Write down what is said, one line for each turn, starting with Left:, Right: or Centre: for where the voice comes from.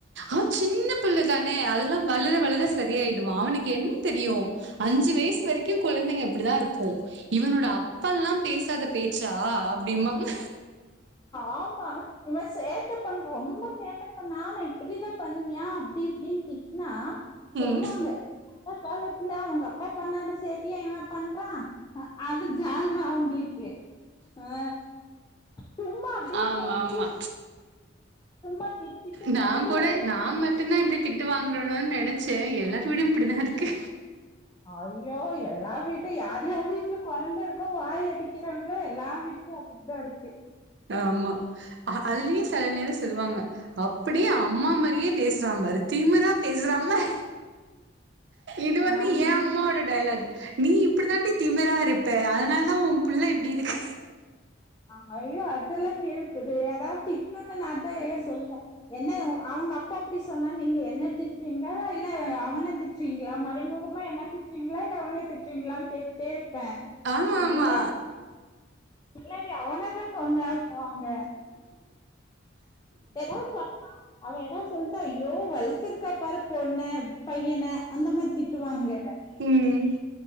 Right: அவ சின்ன புள்ள தானே அதெல்லா வளர வளர சரியாயிடுவா அவுனுக்கு என்ன தெரியு அஞ்சு வயசு வரைக்கு குழந்தைங்க இப்படிதா இருக்கு இவனு ட அப்பன்ல்லா பேசாத பேச்சா அப்டிமாங்க
Left: ஆமா இவ சேட்ட பண்ற ரொம்ப சேட்டைப்பண்ணாம இப்டிதா பண்ணுவியா அப்டி இப்டின் திட்னா சொல்வாங்க
Right: ம்
Left: அந்த காலத்துல அவுங்க அப்பா பண்ணாத சேட்டையா இவ பண்றா ஆ அது ஜால்ரா அவுங்கிள்க்கு ஆ சும்மா அப்டியே
Right: ஆமாமா
Left: மூஞ்சிய சும்மா திட்டிட்டு
Right: நா
Left: மூஞ்சிய
Right: கூட
Left: அப்டியே
Right: நா மட்டுந்தா இப்டி தி ட்டு வாங்கரனோ நெனைச்சே எல்லாத்து வீடு இப்டிதா இருக்கு
Left: அய்யோ எல்லா வீட்டு யார் யார் வீட்ல கொழந்த இருக்கோ வாய் அடிக்கிறாங்ளோ எல்லா வீட்லயு அப் டிதா இருக்கு
Right: ஆமா அ அதுலையு சில நேரோ சொல்வாங்க அப்படியே அம்மா மாரியே பேசுறா பாரு திமுறா பேசுறா பா இது வந்து
Left: ஆ
Right: எ அம்மாவோட டைலாக் நீ இப்டி தாண்டி திமுறா இருப் ப அதனால தா உ புள்ள இப்டி இருக்
Left: ஆ ஐயோ அதெல்லா கேட்பது ஏதா திட்னுனா நா <unintelligible> சொல்வே என்ன அ அவுங்க அப்பா அப்டி சொன்னா நீங்க என்ன திட்றீங்க இல்ல அவன திட் றீங்ளா மறைமுகமா என்ன திட்றீங்ளா இல்ல அவன திட்றீங்ளான் கேட்டுட்டே இருப்பே
Right: ஆமாம்மா
Left: இல்ல இல்லடி அவன தா சொன்னேன்வாங்க ஏதாவது சொன்னா அவ ஏதாவ்து சொல்ட்டா ஐயோ வள்த்துருக்கா பாரு பொண்ண பையன அந்த மாரி திட்டுவாங்க
Right: ம்